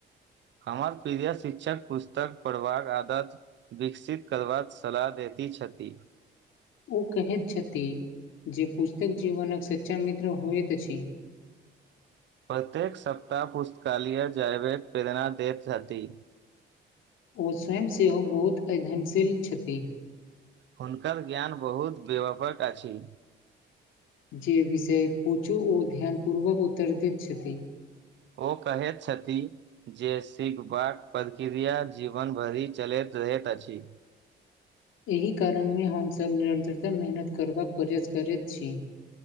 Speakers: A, on the right; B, on the left.
A: हमर प्रिय शिक्षक पुस्तक पढ़बाक आदत विकसित करबाक सलाह देत छथि
B: ओ कैहत छथि जे पुस्तक जीवनक सच्चा मित्र होइत अछि
A: <inaudible> प्रत्येक सप्ताह पुस्तकालय जयवेर प्रेरणा दैत हथि
B: ओ स्वयं सेहो बहुत अध्ययनशील छथि
A: हुनकर ज्ञान बहुत व्यापक अछि
B: जे विषय पूछु ओ ध्यान पूर्वक उत्तर देत छथि
A: ओ कहैत छथिन जे सिखबाक प्रक्रिया जीवन भरि चलैत रहैत अछी
B: एहि कारण मे हमसभ निरन्तरता मेहनत करबाक प्रयास करैत छी